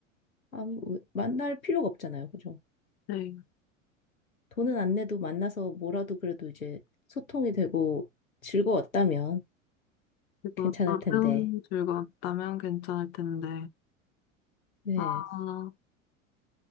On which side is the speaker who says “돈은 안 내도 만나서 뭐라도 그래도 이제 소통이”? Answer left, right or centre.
Left